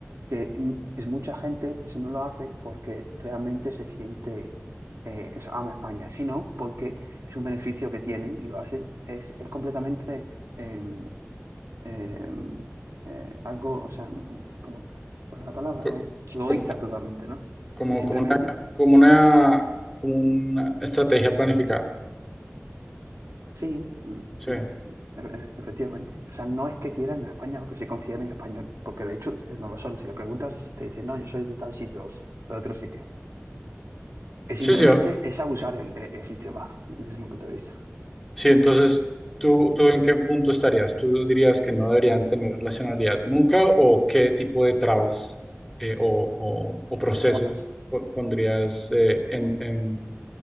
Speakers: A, on the right; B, in the centre.
A: Que mm, es mucha gente, eso no lo hace porque realmente se siente, eh, es, ama España, sino porque es un beneficio que tienen y lo hacen, es, es completamente em, em, eh, algo, o sea, mm, es como, ¿cuál es la palabra?
B: Co-
A: Eh, egoísta
B: Como,
A: totalmente, ¿no?
B: como,
A: Es simplemente
B: como una, como una, como una estrategia planificada.
A: Sí, mm,
B: Sí,
A: sí, e- efectivamente. O sea, no es que quieran a España o que se consideren español, porque de hecho eh, no lo son. Si le preguntas, te dicen, no, yo soy de tal sitio o de otro sitio. Es
B: sí,
A: simplemente,
B: sí. o-
A: es abusar el, el- el sistema, <laughs> desde mi punto de vista.
B: sí, entonces, ¿tú, tú en qué punto estarías? ¿Tú dirías que no deberían tener nacionalidad nunca o qué tipo de trabas eh, o, o- o procesos
A: De trabas.
B: po- pondrías eh, en, en